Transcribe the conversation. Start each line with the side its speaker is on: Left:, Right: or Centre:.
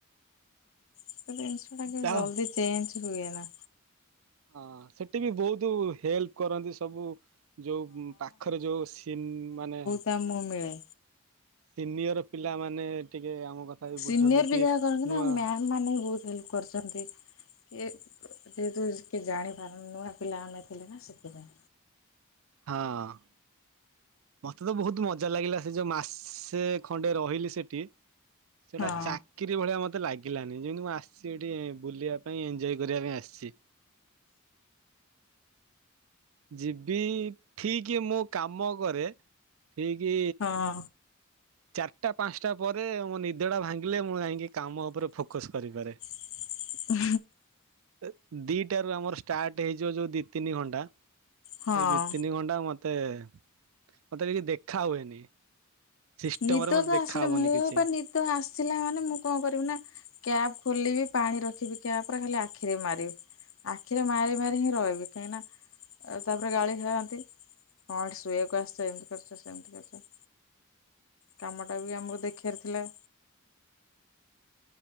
Left: ସେ ଜିନିଷ ଟା କିଛି
Right: ଯାଅ
Left: ଜଲଦି ଚେଞ୍ଜ ହୁଏ ନାଁ।
Right: ହଁ ସେଠି ବି ବହୁତ ହେଲ୍ପ କରନ୍ତି ସବୁ। ଯଉ ପାଖରେ ଯେଉଁ ସିନ୍ ମାନେ
Left: କାମ ମିଳେ।
Right: ସିନିୟର ପିଲାମାନେ ଟିକେ ଆମ କଥା ବି
Left: ସିନିୟର
Right: ବୁଝନ୍ତି କି
Left: ବି ଯାହା କରନ୍ତି ନା
Right: ନୂଆ
Left: ମ୍ୟାମ ମାନେ ବି ବହୁତ ହେଲ୍ପ କରିଛନ୍ତି। ଏ ଯେହେତୁ କିଏ ଜାଣିପାରୁନ ନୂଆ ପିଲାମାନେ ଥିଲେ ନା ସେଥିପାଇଁ
Right: ହଁ। ମତେ ତ ବହୁତ ମଜା ଲାଗିଲା ସେ ଯୋଉ ମାସେ ଖଣ୍ଡେ ରହିଲି ସେଠି। ସେଟା
Left: ହଁ
Right: ଚାକ ଚାକିରି ଭଳିଆ ମୋତେ ଲାଗିଲାନି ଯେମିତି ମୁଁ ଆସିଛି ଏଠି ବୁଲିବା ପାଇଁ ଏନ୍ଞ୍ଜୟ କରିବା ପାଇଁ ଆସିଛି। ଯିବି ଠିକ୍ ମୁଁ କାମ କରେ ଠିକ୍
Left: ହଁ
Right: ଚାରିଟା ପାଞ୍ଚଟା ପରେ ମୋ ନିଦ ଟା ଭାଙ୍ଗିଲେ ମୁଁ ଯାଇକି କାମ ଉପରେ ଫୋକସ କରିପାରେ।
Left: <unintelligible>
Right: ଏ ଦିଟା ରୁ ଆମର ଷ୍ଟାର୍ଟ ହେଇଯିବ ଯଉ ଦି ତିନି ଘଣ୍ଟା
Left: ହଁ।
Right: ସେଇ ଦି ତିନି ଘଣ୍ଟା ମତେ ମତେ କିଛି ଦେଖା ହୁଏନି। ସିଷ୍ଟମରେ
Left: ନିଦ
Right: ମତେ
Left: ତ
Right: ଦେଖା
Left: ଆସିଲେ
Right: ହବନି
Left: ମୁଁ
Right: କିଛି
Left: ବା ନିଦ ଆସିଲା ମାନେ ମୁଁ କଣ କରିବି ନା କ୍ୟାପ ଖୋଲିବି ପାଣି ରଖିବି କ୍ୟାପରେ ଖାଲି ଆଖିରେ ମାରିବି। ଆଖିରେ ମାରି ମାରି ହିଁ ରହିବି କାହିଁକି ନା ଆଉ ତାପରେ ଗାଳି ଖେଳାନ୍ତି କଣ ଏଠି ଶୋଇବାକୁ ଆସିଛ ଏମିତି କରିଛ ସେମିତି କରିଛ। କାମଟା ବି ଆମକୁ ଦେଖିଇବାର ଥିଲା।